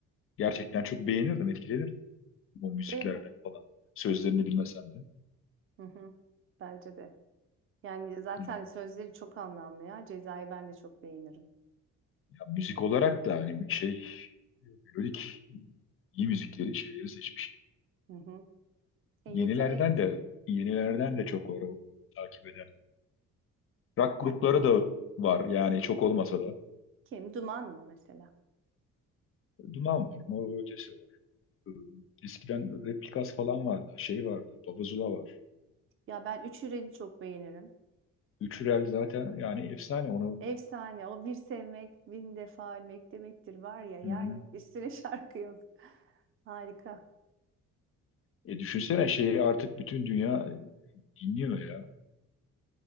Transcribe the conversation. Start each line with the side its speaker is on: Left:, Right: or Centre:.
Left: gerçekten çok beğenirdim, etkilenirdim o müziklerden
Right: Değil mi?
Left: falan. Sözlerini bilmesem de.
Right: Hı hı. Bence de. Yani zaten
Left: Evet.
Right: sözleri çok anlamlı ya. Cezayı ben de çok beğenirim.
Left: Ya müzik olarak da hani şey, melodik iyi müzikleri, şeyleri seçmiş.
Right: Hı hı. E, yetenekli.
Left: Yenilerden de yenilerden de çok var o takip eden. Rock grupları
Right: Ha,
Left: da var yani çok olmasa da.
Right: Kim? Duman mı mesela?
Left: Duman var, Mor ve Ötesi var. Ee, Eskiden Replikas falan vardı. Şey vardı, Babazula var.
Right: Ya ben Üç Hürel'i çok beğenirim.
Left: Üçürel zaten yani efsane onu.
Right: Efsane. O bir sevmek, bin defa ölmek demektir var ya. Yani
Left: Hı hı.
Right: üstüne <laughs> şarkı yok. Harika.
Left: E düşünsene şeyi artık bütün dünya dinliyor ya.